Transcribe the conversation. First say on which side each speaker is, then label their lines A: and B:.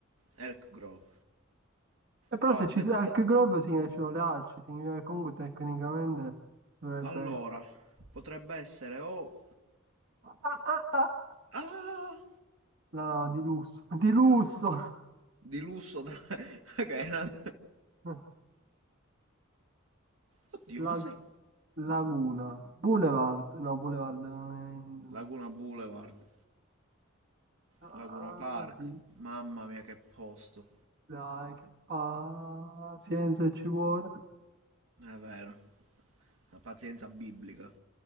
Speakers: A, on the right (about 75°); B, on the right (about 55°).
A: Elk Grove.
B: E però
A: Allora,
B: se ci
A: vedo.
B: sono Elk
A: t-
B: Grove significa che ci sono le alci, significa che comunque tecnicamente dovrebbe
A: Allora,
B: essere...
A: potrebbe essere o.
B: Ah, ah, ah!
A: Ah!
B: La di lusso, di lusso!
A: Di lusso. Tra... <laughs> ok, una-
B: <laughs>
A: Oddio,
B: La-
A: ma sai.
B: Laguna, Boulevard, no, Boulevard non
A: Laguna
B: è...
A: Boulevard.
B: Ah,
A: Laguna Park.
B: di-
A: Mamma mia, che posto.
B: dai, che pazienza ci vuole.
A: È vero. La pazienza biblica.